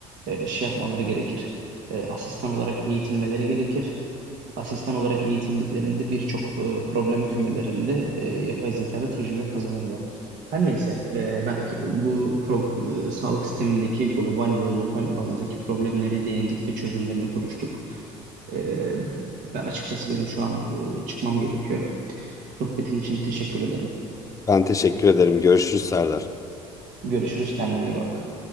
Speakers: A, on the right; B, on the left.
A: e, şey yapmaları gerekir. E, asistan olarak eğitilmeleri gerekir asistan olarak eğitildiklerinde birçok e, problem kümelerinde e, yapay zekada tecrübe kazanırdı. Her neyse, e, belki bu pro- e, sağlık sistemindeki global ve lokal bazdaki problemlere değindik ve çözümlerini konuştuk. E, ve açıkçası benim şu an e, çıkmam gerekiyor. Sohbetin için teşekkür ederim.
B: Ben teşekkür ederim. Görüşürüz Serdar.
A: Görüşürüz, kendine iyi bak.